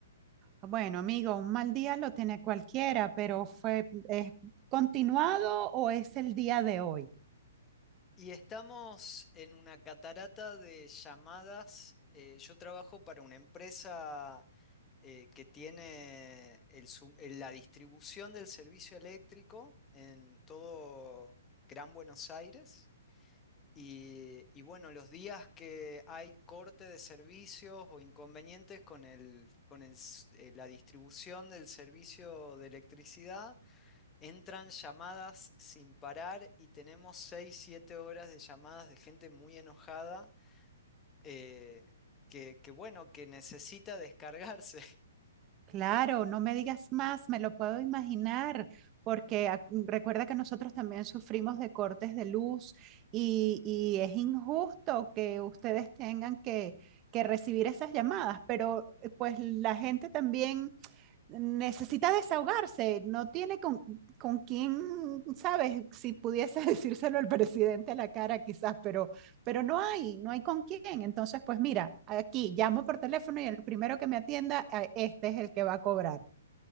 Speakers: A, on the right (about 25°); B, on the left (about 15°).
A: Bueno, amigo, un mal día lo tiene cualquiera, pero fue, ¿es continuado o es el día de hoy?
B: Y estamos en una catarata de llamadas. Eh, yo trabajo para una empresa eh, que tiene el su- eh, la distribución del servicio eléctrico en todo Gran Buenos Aires. Y, y bueno, los días que hay corte de servicios o inconvenientes con el, con el s- eh, la distribución del servicio de electricidad, Entran llamadas sin parar y tenemos 6 7 horas de llamadas de gente muy enojada, eh, que, que bueno, que necesita descargarse, <laughs>
A: Claro, no me digas más, me lo puedo imaginar, porque ac- recuerda que nosotros también sufrimos de cortes de luz y, y es injusto que ustedes tengan que, que recibir esas llamadas, pero eh, pues la gente también necesita desahogarse, no tiene con, con quién, sabes, si pudiese <laughs> decírselo al presidente a la cara quizás, pero, pero no hay, no hay con quién. Entonces, pues mira, aquí llamo por teléfono y el primero que me atienda, eh, este es el que va a cobrar.